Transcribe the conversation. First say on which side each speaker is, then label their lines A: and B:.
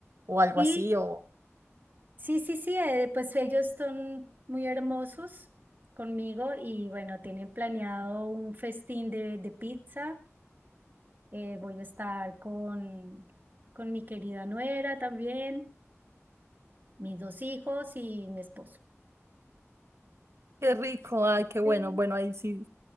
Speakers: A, on the right; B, on the right.
A: o algo
B: Y
A: así, o
B: sí, sí, sí, eh, pues ellos son muy hermosos conmigo y bueno, tienen planeado un festín de, de pizza. Eh, voy a estar con, con mi querida nuera también. mis dos hijos y mi esposo.
A: qué rico, ay, qué bueno.
B: Sí.
A: Bueno, ahí sí